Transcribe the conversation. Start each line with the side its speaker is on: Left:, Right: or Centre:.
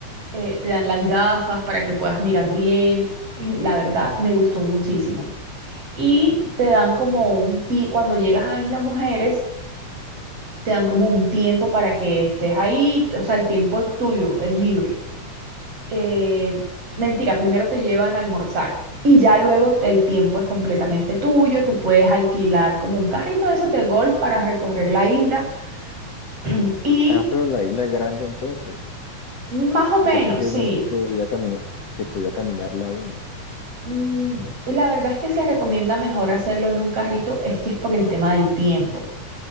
Right: eh, te dan las gafas para que puedas mirar bien. Y La verdad, me gustó muchísimo y te dan como un tiempo, cuando llegas a Isla Mujeres, te dan como un tiempo para que estés ahí, o sea, el tiempo es tuyo, es libre. Eh, mentira, primero te llevan a almorzar y ya luego te- el tiempo es completamente tuyo, tú puedes alquilar como un carrito de esos de golf para recorrer la isla <clears throat> y
Left: Ah, pero la isla es grande entonces.
Right: más o menos,
Left: Yo pensé que
Right: sí.
Left: no podía caminar, que podía caminarla uno.
Right: mm, La verdad es que se recomienda mejor hacerlo en un carrito, es que es por el tema del tiempo.